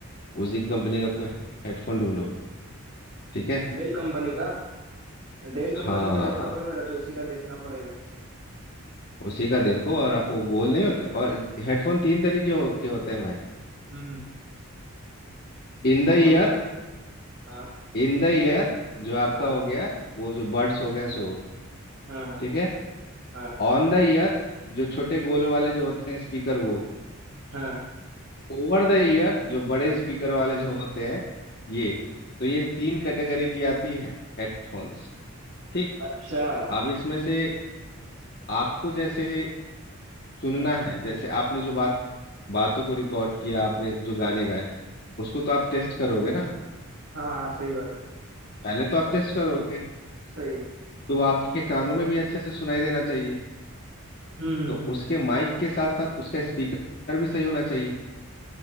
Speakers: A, on the left; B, on the right.
A: उसी कंपनी का कोई हेडफोन ढूंढो ठीक है
B: डेल कंपनी का डेल कंपनी
A: हाँ
B: का लैपटॉप है मेरा तो इसी का देखना पड़ेगा
A: उसी का देखो और आप वो गोल नहीं होते और हेडफोन तीन तरीके हो, के होते हैं भाई
B: हम्म हम्म
A: In
B: कौन
A: the ear
B: कौन से हाँ
A: in the ear जो आपका
B: हाँ
A: हो गया वो जो बर्ड्स हो गए सो
B: हाँ हाँ
A: ठीक है
B: हाँ
A: ऑन द ईयर जो छोटे गोल वाले जो होते हैं स्पीकर वो
B: हाँ।
A: ओवर द ईयर जो बड़े स्पीकर वाले जो होते हैं ये तो ये तीन कैटेगरी की आती है हेडफोन्स ठीक
B: अच्छा
A: अब इसमें से आपको जैसे सुनना है जैसे आपने जो बात बातों को रिकॉर्ड किया आपने जो गाने गाए उसको तो आप टेस्ट करोगे ना
B: हाँ हाँ सही बात है
A: पहले तो आप टेस्ट करोगे
B: सही है
A: तो वो आपके कानों में भी अच्छे से सुनाई देना चाहिए
B: हम्म हम्म
A: तो
B: हम्म।
A: उसके माइक के साथ साथ उसका स्पीकर भी सही होना चाहिए